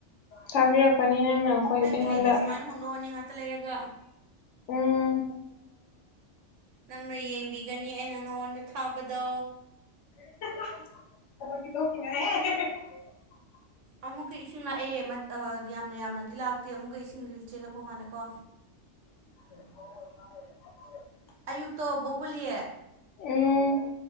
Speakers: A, on the left; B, on the right.
A: ꯊꯥꯕꯤ ꯔꯛꯀꯅꯤ ꯅꯪꯅ ꯑꯩꯈꯣꯏ
B: ꯅꯪꯒꯤ
A: ꯑꯩꯉꯣꯟꯗ
B: ꯂꯩꯗꯣ ꯁꯨꯃꯥꯏꯅ ꯍꯣꯟꯗꯣꯛꯑꯅꯤ ꯉꯥꯛꯇ ꯂꯩꯔꯒ
A: ꯎꯝ
B: ꯅꯪꯅ ꯌꯦꯡꯕꯤꯒꯅꯤ ꯑꯩꯅ ꯅꯉꯣꯟꯗ ꯊꯥꯕꯗꯣ
A: <unintelligible>
B: ꯑꯃꯨꯛꯀ ꯏꯁꯤꯡ ꯂꯥꯛꯑꯦ ꯑꯥ ꯌꯥꯝꯅ ꯌꯥꯝꯅꯗꯤ ꯂꯥꯛꯇꯦ ꯑꯃꯨꯛꯀ ꯏꯁꯤꯡꯗꯤ ꯆꯦꯜꯂꯛꯄ ꯃꯥꯜꯂꯦ ꯀꯣ
A: <unintelligible>
B: ꯑꯌꯨꯛꯇꯣ ꯕꯣꯕꯨꯂꯤ
A: ꯎꯝ